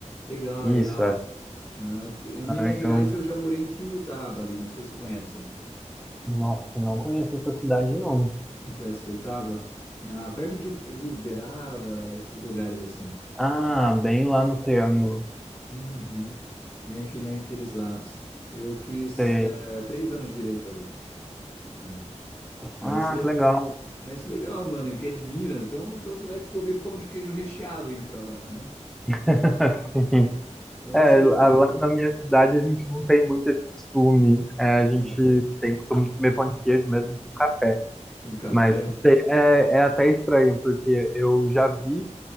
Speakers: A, on the left; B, in the centre.
A: Legal,
B: Isso,
A: legal.
B: é.
A: Ah, t- em
B: Ah,
A: Minas Gerais
B: eu...
A: eu já morei em Tuiutaba ali, não sei se você conhece.
B: Nossa, não conheço essa cidade, não.
A: Não conhece Tuiutaba? Ah, perto de, U- de Uberaba, esses lugares assim.
B: Ah, bem lá no Triângulo.
A: Uhum. Vem aqui naqueles lados. Eu fiz
B: Sei.
A: eh, três anos de direito ali. né? Mas
B: Ah,
A: le-
B: que legal.
A: Mas legal, mano, que é de Minas. Então, então você vai comer pão de queijo recheado aí pra lá, né?
B: <laughs>
A: Com
B: É,
A: certeza.
B: lá lá na minha cidade a gente não tem muito esse costume. É,
A: Ah,
B: a gente tem costume de comer pão de queijo mesmo com café.
A: Com café.
B: Mas te- é, é até estranho, porque eu já vi,